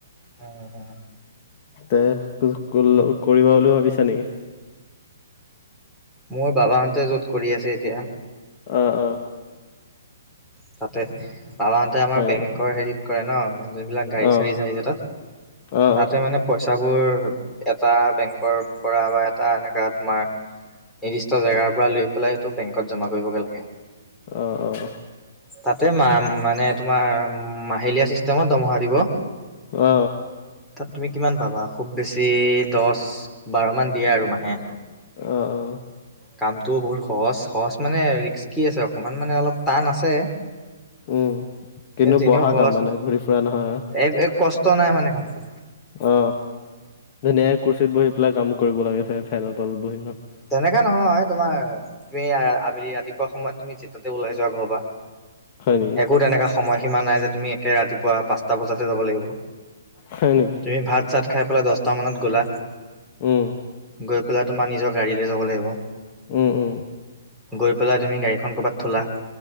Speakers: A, in the centre; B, on the left.
A: উম
B: তে কৰিবা বুলি ভাবিছা নেকি?
A: মোৰ বাবাহঁতে য'ত কৰি আছে এতিয়া।
B: অ অ
A: তাতে <unintelligible> তাতে আমাৰ
B: হয়
A: বেংকৰ
B: নেকি
A: হেৰিত কৰে ন, যোনবিলাক গাড়ী
B: অ
A: চাৰি <unintelligible> তাত
B: অ অ
A: তাতে মানে পইচাবোৰ এটা বেংকৰ পৰা বা এটা এনেকাঁ তোমাৰ নিৰ্দিষ্ট জেগাৰ পৰা লৈ পেলাইটো বেংকত জমা কৰিবগৈ লাগে।
B: অঁ অঁ
A: তাতে মা মানে তোমাৰ মাহেলীয়া চিষ্টেমত দমহা দিব।
B: অ
A: তাত তুমি কিমান পাবা খুব বেছি দছ বাৰমান দিয়ে আৰু মাহে।
B: অ অ
A: কামটোও বহুত সহজ সহজ মানে ৰিস্কি আছে অকমান মানে অলপ টান আছে
B: উম কিন্তু
A: তেনেও
B: বহা
A: সহজ
B: কাম মানে ঘূৰি ফুৰা নহয়
A: এক এক কষ্ ষ্ট নাই মানে কামটো
B: অ ধুনীয়াক কুৰ্চীত বহি পেলাই কাম কৰিব লাগে ফে ফেনৰ তলত বহি ন
A: তেনেকা নহয় তোমাৰ তুমি আ আবেলি ৰাতিপুৱা সময়ত তুমি যেতাতে ওলাই যোৱা ঘৰৰ পা
B: হয় নেকি
A: একো তেনেকুৱা সময়সীমা নাই যে তুমি এতিয়া ৰাতিপুৱা পাঁচটা বজাহে যাব লাগিব
B: হয় নেকি?
A: তুমি ভাত চাত খাই পেলাই দছটামানত গ'লা
B: উম
A: গৈ পেলাই তোমাৰ নিজৰ গাড়ী লৈ যাব লাগিব।
B: উম উম
A: গৈ পেলাই তুমি গাড়ীখন কৰ'বাত থলা